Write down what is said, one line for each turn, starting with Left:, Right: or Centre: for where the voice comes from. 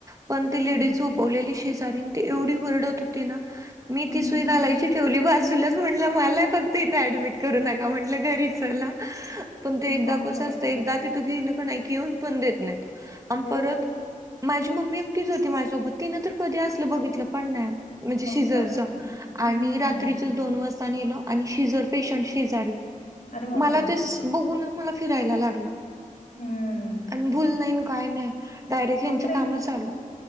Right: पण
Left: हम्म.
Right: ते लेडीज झोपवलेली शेजारी ती एवढी ओरडत तिनं मी
Left: हं,
Right: ती सुई
Left: हं,
Right: घालाय
Left: हं.
Right: ठेवली बाजूलाच म्हटलं मला फक्त इथे ऍडमिट करू नका म्हटलं घरी चला. पण ते एकदा
Left: मग
Right: कस
Left: काय
Right: असत
Left: तर.
Right: एकदा तिथ गेल क नाय की येऊन पण देत नाही अन्
Left: हो.
Right: परत माझी मम्मी एकटीच होती माझ्यासोबत तिनं तर कधी असलं बघितलं पण नाय. म्हणजे
Left: मग
Right: सीजरच
Left: काय तर. हम्म.
Right: आणि रात्रीचे दोन वाजता नेलो आणि सीजर पेशंट शेजारी
Left: अरे बापरे!
Right: मला ते बघूनच मला फिरायला लागलं
Left: हम्म.
Right: आणि भूल नाही आणि काय नाही. डायरेक्ट
Left: बापरे!
Right: ह्यांची काम चालू.